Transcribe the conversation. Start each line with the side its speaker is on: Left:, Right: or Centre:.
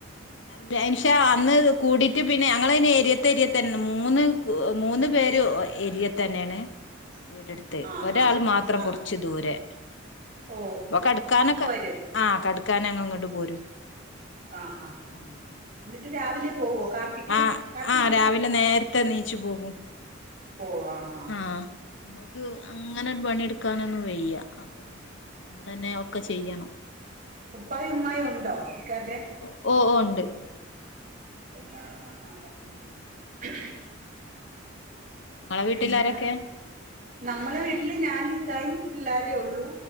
Left: ട്ടെൻഷാ അന്ന് കൂടിട്ട് പിന്നെ ഞങ്ങള് എരിയത്ത് എരിയത്തന്നെ മൂന്ന് മൂന്ന് പേര്ഓ ഏരിയ തന്നെണ്.
Right: <unintelligible>
Left: വീടെടുത്ത്
Right: ആഹാ
Left: ഒരാൾ മാത്രം
Right: ആഹ്
Left: കൊറച്ച് ദൂരെ.
Right: ഓ
Left: അപ്പൊ കെട്ക്കാനൊക്കെ
Right: അവരും
Left: ആ കട്ക്കാനങ്ങള്ങ്ങട്ട്പോരും
Right: ആഹാ ഹാ
Left: <unintelligible>
Right: ന്നിട്ട് രാവിലെപോവോ കാപ്പി
Left: ആഹ് ആഹ്
Right: എങ്ങനെ
Left: രാവിലെ നേരത്തെന്നിച്ചുപോകും.
Right: പോവാ, ആഹാ.
Left: ആഹ് മ്മക്ക് അങ്ങനെയൊരു പണിയെടുക്കാനൊന്നും വയ്യ. അപ്പൊപിന്നെ നമ്മളെന്നേ ഒക് ഒക്കെ ചെയ്യണം.
Right: ഉപ്പായും, ഉമ്മായും ഉണ്ടോ? ഇക്കാന്റെ
Left: ഓഹോ ഓഹൊ ഉണ്ട്.
Right: <unintelligible>
Left: ഉം ഉം നിങ്ങളെ വീട്ടിൽ
Right: പിന്നെ,
Left: ആരൊക്കെ
Right: നമ്മടെവീട്ടില് ഞാനും ഇക്കയും പിള്ളാരേള്ളൂ.